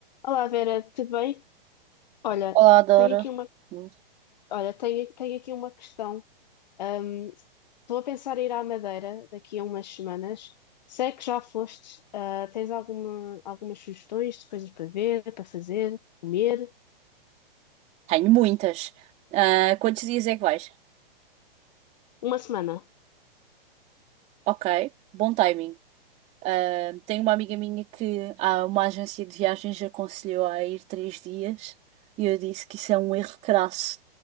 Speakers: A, on the left (about 45°); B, on the right (about 25°).
A: Olá Vera, tudo bem? Olha,
B: Olá, Dora.
A: tenho aqui uma,
B: Hum,
A: olha, tenho, tenho aqui uma questão. Ahm, estou a pensar em ir à Madeira daqui a umas semanas. Sei que já foste. ah, tens alguma, algumas sugestões de coisas para ver, para fazer, comer?
B: Tenho muitas. Ah, quantos dias é que vais?
A: Uma semana.
B: Ok, bom timing. Ah, tenho uma amiga minha que ah, uma agência de viagens aconselhou a ir três dias e eu disse que isso é um erro crasso,